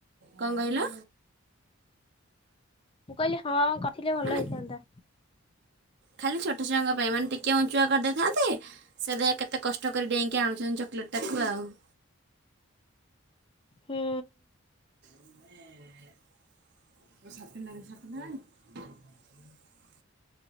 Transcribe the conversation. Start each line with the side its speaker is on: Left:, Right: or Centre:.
Right: କଣ କହିଲ?
Left: ମୁଁ କହିଲି ହଁ କ ରି ଥିଲେ ଭଲ
Right: ମାନେ
Left: ହେଇଥାନ୍ତା।
Right: ଖାଲି ଛୋଟ ଛୁଆଙ୍କ ପାଇଁ ମାନେ ଟିକେ ଉଞ୍ଚୁଆ କରିଦେଇଥାନ୍ତେ ସେଟେ କେତେ କଷ୍ଟ କରି ଡେଇଁକି ଆଣୁଛନ୍ତି ଚକଲେଟ ଟାକୁ ଆଉ। <inaudible>
Left: ହୁଁ
Right: <inaudible>